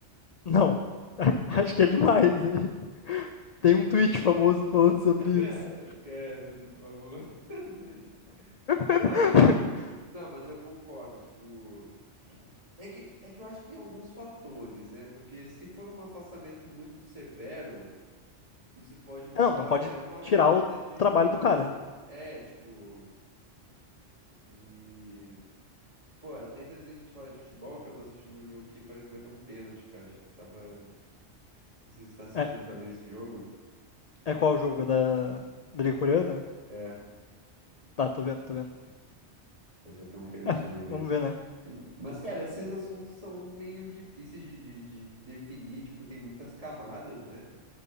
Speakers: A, on the left; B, on the right.
A: Não. <laughs> Acho que é demais aí. Tem um tweet famoso falando sobre
B: <laughs>
A: isso.
B: quer teu tweet famoso. <laughs> Sim.
A: <laughs>
B: Não, mas, ass- não, mas eu concordo, tipo... É que, é que eu acho que tem alguns fatores, né? Porque se for um afastamento muito severo... Isso pode causar
A: Não, não pode
B: até uma
A: tirar
B: falta
A: o
B: de
A: trabalho
B: juízo.
A: do cara.
B: É, tipo. E. Pô, é até interessante a gente falar de futebol, que eu tô assistindo um jogo aqui, parece que vai ter um pênalti, cara. Acho que você tava. Não sei se você tá assistindo
A: É,
B: também esse jogo.
A: é qual o jogo? É da, da Liga Coreana?
B: É, parece
A: Tá, tô vendo, tô vendo.
B: que vai ter um pênalti
A: É,
B: ali, mas.
A: vamos ver, né?
B: Mas, cara, esses assuntos são meio difíceis de, de, de- de definir, tipo, tem muitas camadas, né?